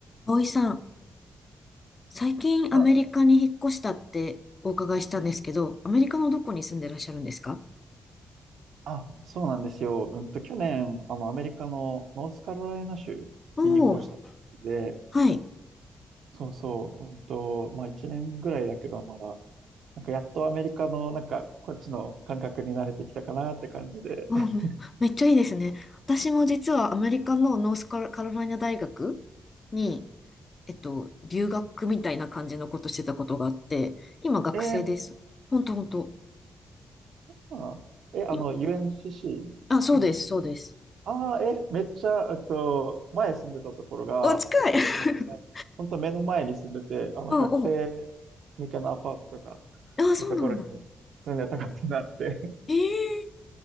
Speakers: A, on the left; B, on the right.
A: 葵さん、最近アメリカに引っ越したってお伺いしたんですけど、
B: あ、
A: アメリカのどこに住んでらっしゃるんですか
B: あ、そうなんですよ。うんと、去年、あの、アメリカのノースカロライナ州に引っ越したばっかりで、
A: おおー、はい。
B: そうそう、うんと、まあ、1年ぐらいだけど、まだ、なんか、やっとアメリカの、なんか、こっちの感覚に慣れてきたかなって感じで。
A: おーめ、
B: <laughs>
A: めっちゃいいですね。私も実はアメリカのノースカロカロライナ大学に、えっと、留学みたいな感じのことしてたことがあって、今学生です。
B: えー、本当
A: ほんとほんと。
B: あーえ、あの、
A: い、
B: UNCC
A: あ、そうです、
B: の、
A: そうです。
B: ああ、え、めっちゃ、えっと、前住んでたところが、
A: お、近い
B: そこから、
A: <laughs>
B: 本当目の前に住んでて、あの、
A: おお、
B: 学生向けのアパートとか
A: あ、そうなんだ。
B: のところに住んでたことがあって、
A: ええ